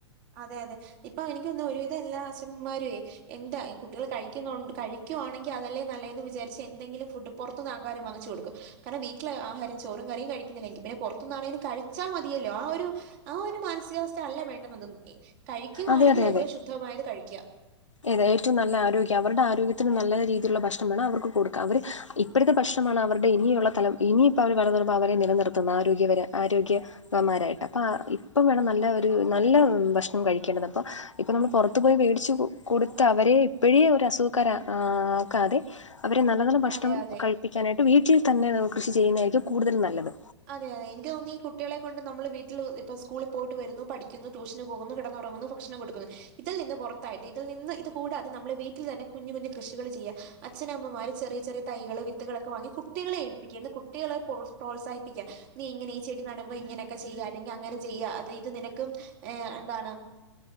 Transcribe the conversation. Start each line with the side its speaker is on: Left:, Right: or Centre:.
Right: അതെ അതെ ഇപ്പൊ എനിക്കോന്നുന്നു ഒരുവിധം എല്ലാ അഛമ്മാര്വേയ് എന്താ കുട്ടികൾ കഴിക്കുന്നുണ്ട് കഴിക്കുവാണെങ്കി അതല്ലേ നല്ലേന്ന് വിചാരിച്ച് എന്തെങ്കിലും ഫുഡ് പൊറത്തുന്ന് ആകാരം വാങ്ങിച്ച് കൊടുക്കും. കാരണം വീട്ടില് ആഹാരം ചോറും കറിയും കഴിക്കുന്നില്ല, എങ്കി പിന്നെ പൊറത്തുന്നാണെലും കഴിച്ചാ മതിയല്ലോ ആ ഒരു ആ ഒരു മാനസികാവസ്ഥ അല്ല വേണ്ടുന്നതും കഴിക്കുവാണെങ്കിൽ
Left: അതെ അതെ
Right: ഏറ്റവും
Left: അതെ
Right: ശുദ്ധവായത് കഴിക്ക്യാ.
Left: ഏത് ഏറ്റവും നല്ല ആരോഗ്യം അവര്ടെ ആരോഗ്യത്തിന് നല്ല രീതിയിലുള്ള ഭക്ഷണം വേണം അവർക്ക് കൊടുക്കാം. അവര് ഇ പ്പഴ്ത്തെ ഭക്ഷണമാണ് അവർടെ ഇനിയുള്ള തലം ഇനി ഇപ്പവര് വളർന്ന് വരുമ്പോൾ അവരെ നിലനിർത്തുന്ന ആരോഗ്യപര ആരോഗ്യ വന്മാരായിട്ട്. അപ്പാ ഇപ്പം വേണം നല്ല ഒരു നല്ല ഭക്ഷണം കഴിക്കേണ്ടത് അപ്പൊ. ഇപ്പൊ നമ്മൾ പൊറത്തു പോയി വേടിച്ചു കൊടുത്ത അവരെ ഇപ്പഴേ ഒരു അസുഖക്കാര് അ ആക്കാതെ അവരെ നല്ല നല്ല ഭക്ഷണം
Right: അതെ അതെ
Left: കഴി പ്പിക്കാനായിട്ട് വീട്ടിൽ തന്നെ നമുക്ക് കൃഷി ചെയ്യുന്നതായിരിക്കും കൂടുതൽ നല്ലത്.
Right: അതെ അതെ എനിക്ക് തോന്നുന്നു ഈ കുട്ടികളെ കൊണ്ട് നമ്മള് വീട്ടിൽ ഇപ്പ സ്കൂളിൽ പോയിട്ട് വരുന്നു പഠിക്കുന്നു ട്യൂഷന് പോകുന്നു കിടന്നുറങ്ങുന്നു ഭക്ഷണം കൊടുക്കുന്നു ഇതിൽ നിന്ന് പുറത്തായിട്ട് ഇതിൽ നിന്ന് ഇത് കൂടാതെ നമ്മള് വീട്ടിൽ തന്നെ കുഞ്ഞ് കുഞ്ഞ് കൃഷികൾ ചെയ്യാ. അച്ചനമ്മമാര് ചെറിയ ചെറിയ തൈകള് വിത്തുകളൊക്കെ വാങ്ങി കുട്ടികളെ ഏൽപ്പിക്ക്യാ ഇന്ന് കുട്ടികള് പോസ് പ്രോത്സാഹിപ്പിക്ക്യാ. നീ ഇങ്ങനെ ഈ ചെടി നടുമ്പോ ഇങ്ങനെയൊക്കെ ചെയ്യാ അല്ലെങ്കി അങ്ങനെ ചെയ്യാ അത് ഇത് നിനക്കും ഏഹ് എന്താണ്